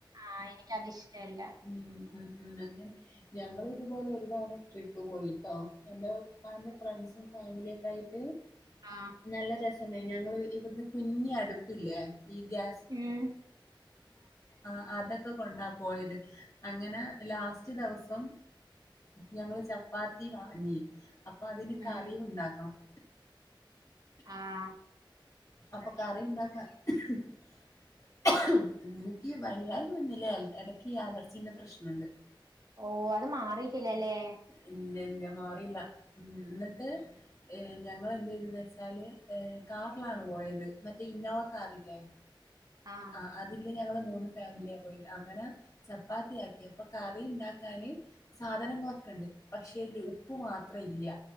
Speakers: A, on the right; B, on the left.
A: ആഹ് എനക്ക്ത് ഇഷ്ടല്ല
B: ഉം ഉം ഉം അങ്ങനെ- ഞങ്ങൾ ഇതുപോലെ ഒരുതവണ ട്രിപ്പ് പോയിട്ടോ എന്റെ ഉപ്പാന്റെ ഫ്രണ്ട്സും ഫാമിലിയൊക്കെ ആയിട്ട്-
A: ആഹ്-
B: നല്ല രസണ്ടായി ഞങ്ങള് ഇവിടുന്ന് കുഞ്ഞി അടുപ്പില്ലേ ഈ ഗ്യാ
A: ആഹ്-
B: ആഹ് അതൊക്കെ കൊണ്ടാ പോയത്- അങ്ങനെ ലാസ്റ്റ് ദെവസം ഞങ്ങള് ചപ്പാത്തി വാങ്ങി- അപ്പ അതിന് കറിയുണ്ടാക്കണം-
A: ഉം ആഹ് -
B: അപ്പക്കറി ഉണ്ടാക്കാൻ - എനിക്ക് വയ്യായ്മ ഒന്നില്ലേ ഇടയ്ക്ക് ഈ അലർജിന്റെ പ്രശ്നം ഉണ്ട്-
A: ഓഹ് അത് മാറിട്ടില്ലല്ലേ-
B: ഇല്ല ഇല്ല മാറിയില്ല എന്നിട്ട്-
A: ഉം.
B: ഏഹ് ഞങ്ങള് എന്ത് ചെയ്തെന്ന് വെച്ചാല് ഏഹ് കാറിലാണ് പോയത് മറ്റേ ഇന്നോവ കാറില്ലേ-
A: ആഹ് -
B: ആഹ് അതില് ഞങ്ങള് മൂന്ന് ഫാമിലിയാ പോയത് അങ്ങനെ ചപ്പാത്തിയാക്കി അപ്പൊ കറി ഉണ്ടാക്കാന്- സാധനങ്ങളൊക്കെ ഉണ്ട് പക്ഷേ ഉപ്പ് മാത്രം ഇല്ല